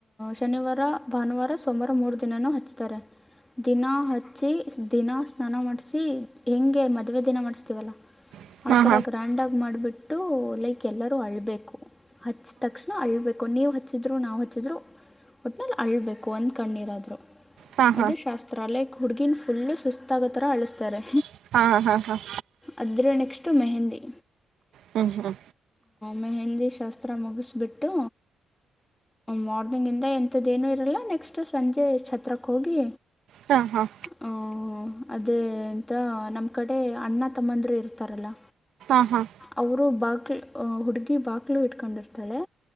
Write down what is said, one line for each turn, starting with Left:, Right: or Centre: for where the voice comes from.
Left: ಶನಿವಾರ ಭಾನುವಾರ ಸೋಮವಾರ ಮೂರು ದಿನನೂ ಹಚ್ಚುತ್ತಾರೆ ದಿನ ಹಚ್ಚಿ ದಿನ ಸ್ನಾನ ಮಾಡಿಸಿ ಹೆೇಂಗೆ ಮದುವೆ ದಿನ ಮಾಡಿಸ್ತೀವಲ್ಲ
Right: ಹಾಂ
Left: ಆ ಥರ
Right: ಹಾಂ ಹಾಂ ಹಾಂ
Left: ಗ್ರ್ಯಾಂಡಾಗಿ ಮಾಡಿಬಿಟ್ಟು ಲೈಕ್ ಎಲ್ಲರೂ ಅಳ್ಬೇಕು ಹಚ್ಚ ತಕ್ಷಣ ಅಳ್ಬೇಕು ನೀವು ಹ ಹಚ್ಚಿದ್ರು ನಾವು ಹಚ್ಚಿದ್ರು ಒಟ್ನಲ್ಲಿ ಅಳ್ಬೇಕು ಒಂದ್ ಕಣ್ಣೀರಾದ್ರು
Right: ಹಾಂ ಹಾಂ
Left: ಅದು ಶಾಸ್ತ್ರ ಲೈಕ್ ಹುಡುಗಿನ್ ಫುಲ್ಲು ಸುಸ್ತಾಗ ತರ ಅಳಿಸ್ತಾರೆ
Right: ಹಾಂ ಹಾಂ ಹಾಂ ಹಾಂ
Left: ಅದ್ರೆ ನೆಕ್ಸ್ಟ್ ಮೆಹಂದಿ
Right: ಹ್ಮ್ ಹ್ಮ್
Left: ಮೆಹೆಂದಿ ಶಾಸ್ತ್ರ ಮುಗಿಸ್ಬಿಟ್ಟು ಮಾರ್ನಿಂಗ್ ಇಂದ ಎಂಂತದ ೇನು ಇರಲ್ಲ ನೆಕ್ಸ್ಟ್ ಸಂಜೆ ಛತ್ರಕ್ಕೆ ಹೋಗಿ
Right: ಹಾಂ ಹಾಂ
Left: ಹ್ಮ ಅದೆೇಂತ ನಮ್ ಕಡೆ ಅಣ್ಣ ತಮ್ಮಂದರು ಇರ್ತಾರಲ್ಲ
Right: ಹಾಂ ಹಾಂ
Left: ಅವರು ಬಾಗಲು ಹುಡ್ಗಿ ಬಾಗಕ್ಲು ಇಟ್ಕೊಂಡಿರ್ತಾಳೆ